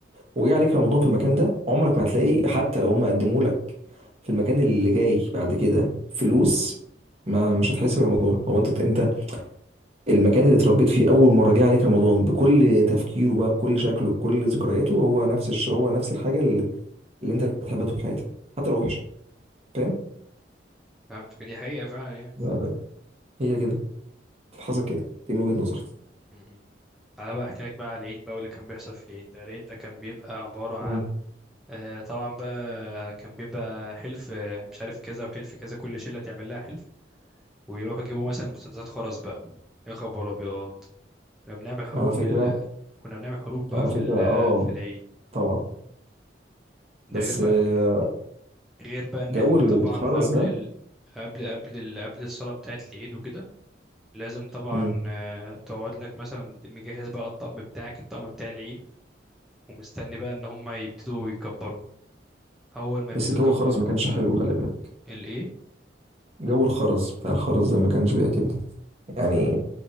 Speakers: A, on the right; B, in the centre.
A: وجه عليك رمضان في المكان ده عمرك ما هتلاقي حتى لو هم قدموا لك في المكان اللي جاي بعد كده فلوس ما مش هتحس برمضان هو انت انت المكان اللي اتربيت فيه اول مره جه عليك رمضان بكل تفكيره بقى بكل شكله بكل ذكرياته هو نفس الش... هو نفس الحاجه اللي, اللي انت هتحبها طول حياتك حتى لو وحشه فاهم
B: فهمتك دي حقيقة فعلا يعني
A: بالظبط هي كده حصل كده دي من وجهه نظري
B: م-م. تعالى بقى احكي لك بقى على العيد بقى واللي كان بيحصل في العيد ده العيد ده كان بيبقى عبارة عن
A: مم.
B: آه، طبعا بقى كان بيبقى حلف آه، مش عارف كذا وحلف كذا كل شلة تعمل لها حلف ويروحوا يجيبوا مثلا مسدسات خرز بقى يا خبر ابيض كنا بنعمل حروف
A: على فكرة
B: ال... كنا بنعمل حروف بقى
A: على
B: في
A: فكرة
B: ال...
A: اه
B: في العيد
A: طبعا
B: ده
A: بس
B: غير بقى
A: آه،
B: غير بقى ان
A: جو
B: احنا
A: الخرز
B: طبعا قبل
A: ده
B: ال... قبل قبل ال... قبل الصلاة بتاعة العيد وكده لازم طبعا
A: مم.
B: آه، تقعد لك مثلا مجهز بقى الطقم بتاعك الطقم بتاع العيد ومستني بقى ان هم يبتدوا يكبروا اول ما
A: بس
B: يبتدوا
A: جو
B: يكبروا
A: الخرز ما
B: بقى
A: كانش حلو خلي بالك
B: الايه
A: جو الخرز بتاع الخرز ده ما كانش بيعجبني يعني